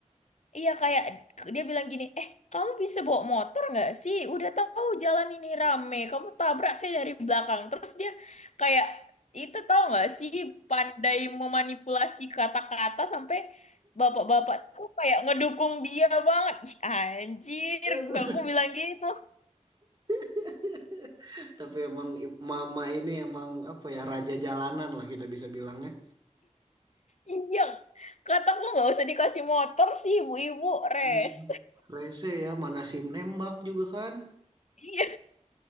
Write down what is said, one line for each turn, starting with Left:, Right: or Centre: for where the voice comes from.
Left: Iya kayak dia bilang gini, eh kamu bisa bawa motor nggak sih? Udah tahu jalan ini rame, kamu tabrak saya dari belakang. Terus dia kayak itu tahu nggak sih pandai memanipulasi kata-kata sampai bapak-bapak tuh kayak ngedukung dia banget. Ih, anjir,
Right: <laughs>
Left: gua- aku bilang gitu. <laughs>
Right: <laughs> Tapi emang i- mama ini emang apa ya raja jalanan lah kita bisa bilangnya.
Left: Iya, kataku nggak usah dikasih motor sih ibu-ibu res.
Right: Hmm. Rese ya, mana sim nembak juga kan.
Left: <laughs> Iya